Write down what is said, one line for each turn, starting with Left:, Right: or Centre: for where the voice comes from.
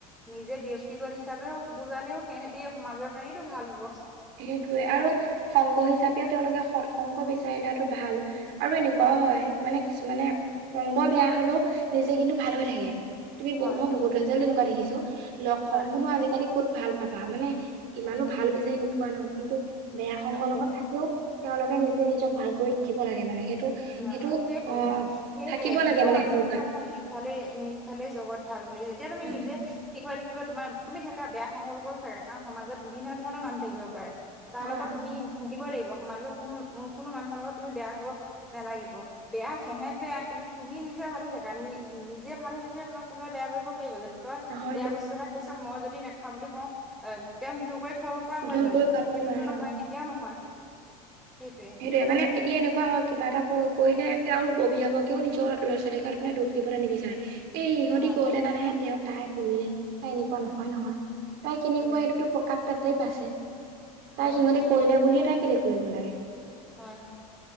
Centre: নিজে ব্যক্তিগত হিচাপেও বুজালেও সেহেতি সমাজৰ কাৰণেইটো ভাল হ'ব।
Right: সেইটোয়ে আৰু সংগ হিচাপেও তেওঁলোকে সৎ সংগ বিচাৰি লোৱাটো ভাল। আৰু এনেকুৱাও
Centre: অ
Right: হয় মানে কিছুমানে সংগ বেয়া হ'লেও নিজে কিন্তু ভাল হৈ থাকে। তুমি
Centre: হয়
Right: মই
Centre: হয়
Right: বহু ল'ৰা-ছোৱালী তেনেকুৱা দেখিছো। লগ,
Centre: হয়
Right: সংগবোৰনো আজিকালি ক'ত ভাল পাবা মানে ইমানো
Centre: বহুত
Right: ভাল
Centre: পায়
Right: বিচাৰি নো ন কিন্তু বেয়া
Centre: নাপায়
Right: সংগৰ লগত থাকিও তেওঁলোকে নিজে নিজক ভাল কৰি ৰাখিব লাগে মানে সেইটো
Centre: অ
Right: সেইটো
Centre: সেইটোৱে
Right: অ
Centre: নি সেইটোৱেই
Right: থাকিব লাগে
Centre: ইনও
Right: মানে সেইটো কাৰণে
Centre: নিজ ভালেই নিজ ভালেই জগত ভাল বুলি যেতিয়া তুমি
Right: উম
Centre: নিজে ঠিক হৈ থাকিব, তোমাৰ তুমি থাকা বেয়া সংগৰ লগতো থাকা কাৰণ সমাজত বিভিন্ন ধৰণৰ মানুহ থাকিব পাৰে। তাৰ
Right: হয়
Centre: লগত
Right: হয়
Centre: তুমি থকিবয়ে লাগিব সমাজৰ কোনো কোনো মানুহৰ লগত তুমি বেয়া হ'ব নেলাগিব। বেয়া সেহেত বেয়া কিন্তু তুমি নিজে ভাল হৈ থাকা নি নিজে ভাল হৈ থাকিলে তোমাক কোনোবাই বেয়া কৰিব পাৰিব জানো? তই
Right: হয়তো
Centre: বেয়া বস্তু খাইছ মই যদি নাখাওঁ বুলি কওঁ এ তেওঁক জোৰ কৰি খুৱাব হয়
Right: জোৰ
Centre: জানো
Right: কৰি খুৱাব
Centre: সেটোতো
Right: নোৱাৰে
Centre: নহয়
Right: অ
Centre: কেতিয়াও নহয় সেইটোৱে।
Right: সেইটোৱে মানে এতিয়া এনেকুৱা হয় কিবা এটা কৰিলে আৰু অভিভাৱকেও নিজৰ ল'ৰা-ছোৱালীৰ গাত মানে দুখ দিবলে নিবিচাৰে। এই ইহঁতি
Centre: হয়।
Right: ক'লে কাৰণেহে তেওঁ তাই কৰিলে তাই এনেকুৱা নহয় নহয়। তাই কেনেকুৱা
Centre: উম,
Right: এইটোতো প্ৰকাশ তাতেই পাইছে
Centre: হয়,
Right: তাই সিহঁতি কৰিলে বুলিয়ে তাই কেলে কৰিব লাগে।
Centre: হয় হয়।